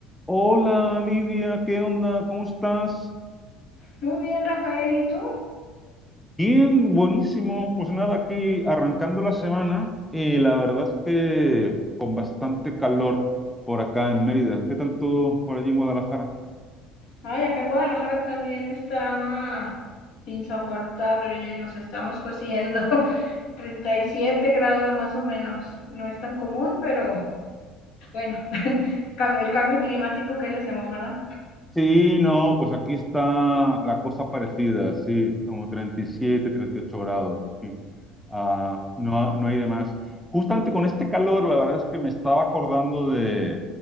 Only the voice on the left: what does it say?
Muy bien, Rafael, ¿y tú?
Ay, acá en Guadalajara también estaba insoportable, nos estamos cociendo <laughs> 37 grados más o menos. No es tan común, pero bueno, el cambio climático que le hacemos, ¿verdad?